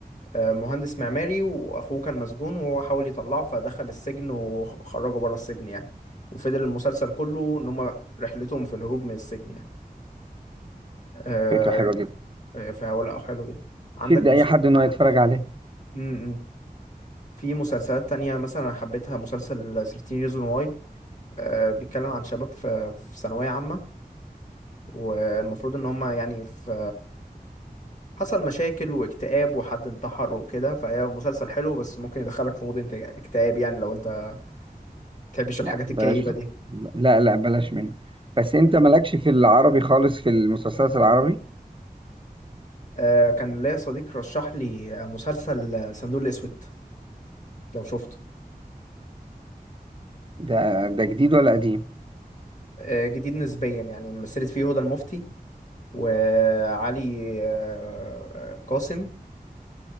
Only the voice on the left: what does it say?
آه، مهندس معماري واخوه كان مسجون وهو حاول يطلعه فدخل السجن وخرجه بره السجن يعني وفضل المسلسل كله ان هم رحلتهم في الهروب من السجن يعني آه،
آه، فهو لا حلو جدا عندك
مس...
م- م. في مسلسلات تانية مثلا أنا حبيتها مسلسل 13 Reasons Why آه، بيتكلم عن شباب في في ثانوية عامة والمفروض إن هما يعني في حصل مشاكل واكتئاب وحد انتحر وكده فهي مسلسل حلو بس ممكن يدخلك في مود انت- اكتئاب يعني لو أنت بتحبش الحاجات
الكئيبة
دي
آه، كان ليا صديق رشح لي مسلسل صندوق الأسود لو شفته
آه، جديد نسبيا يعني مثلت فيه هدى المفتي وعلي آه، آه، قاسم